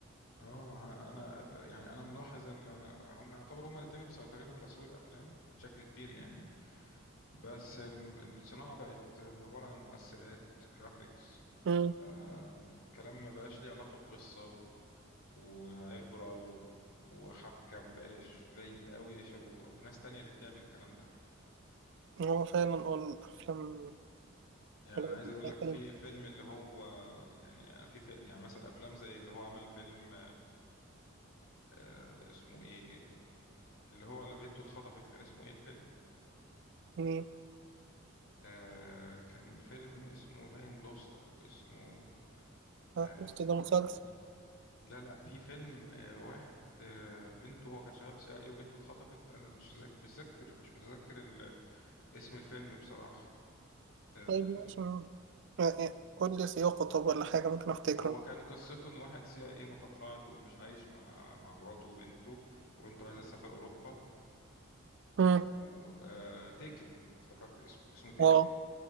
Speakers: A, on the left (about 85°); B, on the right (about 60°).
A: اه ما انا يعني انا ملاحظ ان هم يعتبروا هم الاثنين مسيطرين على سوق الافلام بشكل كبير يعني بس الم- الصناعة بقت عبارة عن مؤثرات جرافيكس
B: امم
A: آه كلام ما بقاش ليه علاقة بقصة و... وعبرة و... وحبكة ما بقاش قليل قوي ش... و... وناس تانية اللي بتعمل الكلام ده
B: هو فعلا اه الافلام
A: يعني
B: الأفلام
A: انا عايز اقول
B: بتاع
A: لك في
B: فيلم
A: فيلم اللي هو يعني في في يعني مثلا افلام زي اللي هو عمل فيلم آه اسمه ايه اللي هو لما بنته اتخطفت كان اسمه ايه الفيلم
B: امم
A: آه كان فيلم اسمه باين لوست او اسمه
B: آه،
A: آه
B: قلت ده مسلسل
A: لا لا في فيلم آه واحد آه بنته هو كان شغال في سي اي وبنته اتخطفت انا مش ذاك مش ذاكر مش متذكر ال- اسم الفيلم بصراحة آه
B: طيب ماشي آه، آه، قول لي سياقه طب ولا حاجة ممكن افتكره
A: هو كان قصته ان واحد سي اي إيه متقاعد ومش عايش مع مع مراته وبنته وبنته عايزه تسافر اوروبا
B: امم
A: وتيكن افتكرت اسمه اسمه تيكن
B: اه